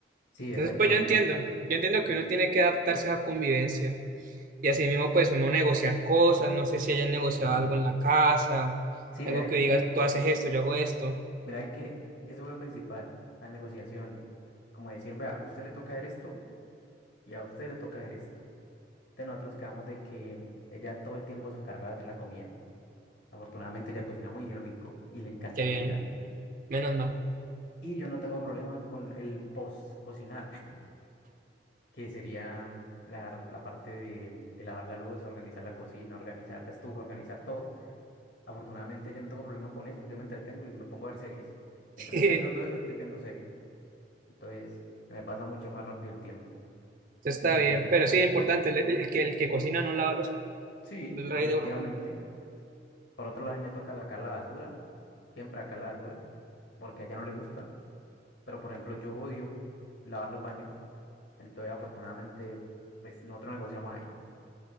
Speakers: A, on the left; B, on the right.
A: sí, exactamente.
B: Entonces, pues yo entiendo, yo entiendo que uno tiene que adaptarse a la convivencia, y así mismo, pues, uno negociar cosas, no sé si hayan negociado
A: Ujú.
B: algo en la casa,
A: Sí,
B: algo
A: mira de
B: que
A: que,
B: digas, tú haces esto, yo hago esto,
A: mira de que eso es lo principal, las negociaciones. Como decir, vea, a usted le toca hacer esto y a usted le toca hacer esto. De nosotros quedamos de que ella todo el tiempo se encarga de hacer la comida. Afortunadamente ella cocina muy rico y le encanta
B: qué
A: cocinar.
B: bien, menos mal.
A: Y yo no tengo problema con el post-cocinar, <laughs> que sería mm, la, la parte de, de lavar la luz, organizar la cocina, organizar la estufa, organizar todo. Afortunadamente yo no tengo problema con eso, yo me entretengo y me pongo a ver series. Mientras
B: <laughs>
A: estoy haciendo todo eso, estoy viendo series. Entonces me pasa mucho más rápido el tiempo.
B: Entonces está
A: Eh,
B: bien, pero sí, importante, el, el que, el que cocina no lava los,
A: sí,
B: el rey
A: efectivamente.
B: de oro.
A: Por otro lado, a mí me toca la- acá la basura, siempre acá la basura, porque a ella no le gusta. Pero por ejemplo, yo odio lavar los baños, entonces afortunadamente pues nosotros negociamos ahí.